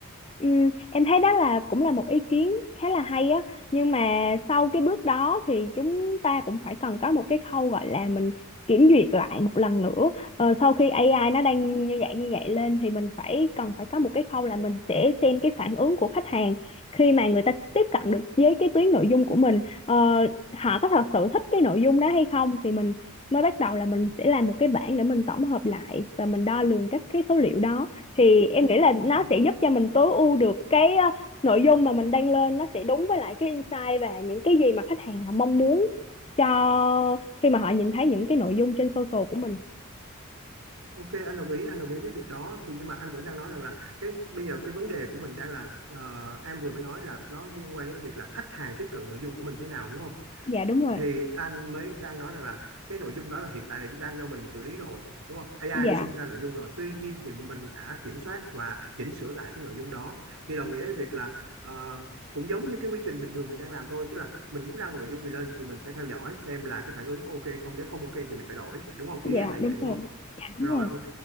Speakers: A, on the left (about 25°); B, on the right (about 70°).
A: Ừ, em thấy đó là cũng là một ý kiến khá là hay á nhưng mà sau cái bước đó thì chúng ta cũng phải cần có một cái khâu gọi là mình kiểm duyệt lại một lần nữa ờ, sau khi AI nó đang như vậy như vậy lên thì mình phải cần phải có một cái khâu là mình sẽ xem cái phản ứng của khách hàng khi mà người ta tiếp cận được với cái tuyến nội dung của mình ờ, họ có thật sự thích cái nội dung đó hay không thì mình mới bắt đầu là mình sẽ làm một cái bảng để mình tổng hợp lại và mình đo lường các cái số liệu đó thì em nghĩ là
B: Ừ.
A: nó sẽ giúp cho mình tối ưu được cái ờ, nội dung mà mình đăng lên nó sẽ đúng với lại cái insight và những cái gì mà khách hàng họ mong muốn cho khi mà họ nhìn thấy những cái nội dung trên social của mình
B: Ok anh đồng ý anh đồng ý với việc đó thì nhưng mà anh vẫn đang nói rằng là cái bây giờ cái vấn đề của mình đang là ờ, em vừa mới nói là nó liên quan đến việc là khách hàng tiếp cận nội dung của mình thế nào đúng không?
A: dạ đúng rồi
B: thì anh mới đang nói rằng là cái nội dung đó là hiện tại là đang do mình xử lý rồi đúng không AI
A: dạ
B: nó sinh ra nội dung rồi tuy nhiên thì mình đã kiểm soát và chỉnh sửa lại cái nội dung đó thì đồng nghĩa với việc là ờ, cũng giống như cái quy trình bình thường mình đang làm thôi tức là mình muốn đăng nội dung gì lên thì mình sẽ theo dõi xem là cái phản ứng có ok không nếu không ok thì mình phải đổi đúng không ý
A: dạ
B: em là
A: đúng
B: vậy đúng
A: rồi
B: không
A: dạ đúng
B: rồi
A: rồi
B: ok